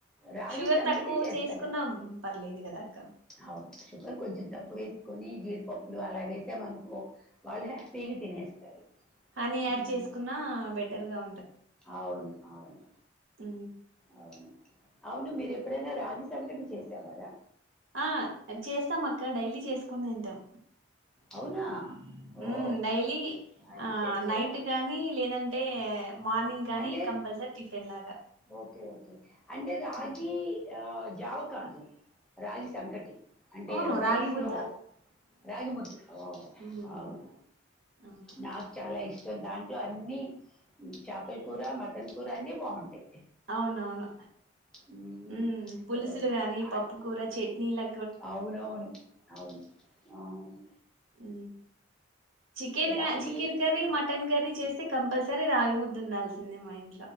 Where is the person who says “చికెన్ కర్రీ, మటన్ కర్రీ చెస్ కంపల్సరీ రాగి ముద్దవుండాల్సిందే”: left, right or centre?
Right